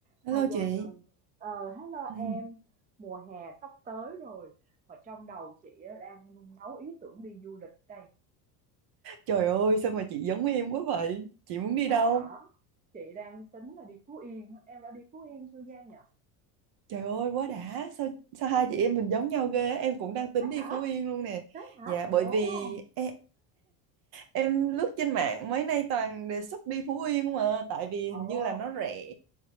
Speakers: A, on the right; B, on the right.
A: hai
B: Hello
A: dàn
B: chị
A: người ờ, hello
B: Ừ.
A: em mùa hè sắp tới rồi và trong đầu chị á, đang nung nấu ý tưởng đi du lịch đây
B: Trời ơi sao mà chị giống em quá vậy Chị muốn đi
A: thế
B: đâu
A: hả chị đang tính là đi Phú Yên á. em đã đi Phú Yên chưa Giang nhỉ
B: Trời ơi quá đã Sao sao hai chị em mình giống nhau ghê á? Em cũng đang tính
A: thế
B: đi
A: hả
B: Phú Yên luôn nè
A: thế hả
B: Dạ bởi
A: ồ
B: vì em, em lướt trên mạng mấy nay toàn đề xuất đi Phú Yên không à Tại vì
A: ồ
B: hình như là nó rẻ